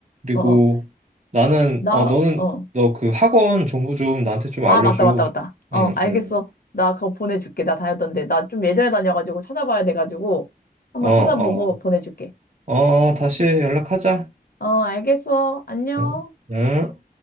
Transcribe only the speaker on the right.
그리고
나는,
어, 너는,
너 그 학원 정보 좀 나한테 좀
알려줘.
응,
응.
어, 어.
어, 다시 연락하자.
응, 응.